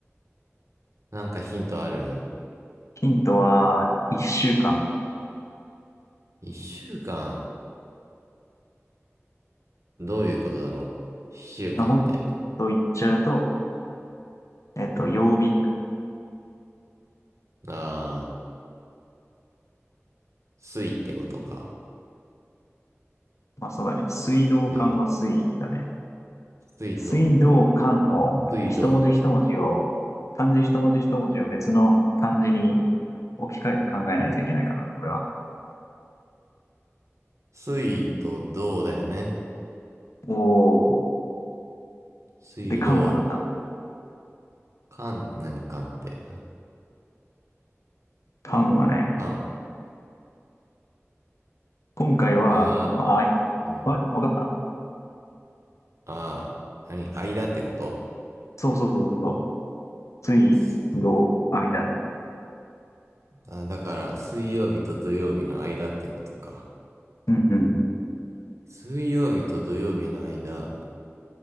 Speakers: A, on the right (about 75°); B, on the left (about 75°).
A: なんかヒントある
B: ヒントは、一週間。
A: 一週間。どういうことだろう。一週間って。
B: まあ、もっと言っちゃうと、えっと、曜日。
A: ああ、水ってことか。
B: まあ、そうだね。水道管は水だね。
A: 水。水と、
B: 水道管の一文字一文字を、
A: 水道。
B: 漢字一文字一文字を別の漢字に置き換えて考えないといけないかな、これは。
A: 水と道だよね。
B: おー。
A: 水道。
B: で、管はなんだ
A: 間、何間って。
B: 管はね、
A: 間。
B: 今回は、
A: ああ、
B: まあ、あい、
A: うん。
B: あ、わかった
A: ああ、何間ってこと
B: そうそうそうそうそう。水道、
A: す
B: 間。
A: あ、だから、水曜日と土曜日の間ってことか。
B: うんうん。
A: 水曜日と土曜日の間。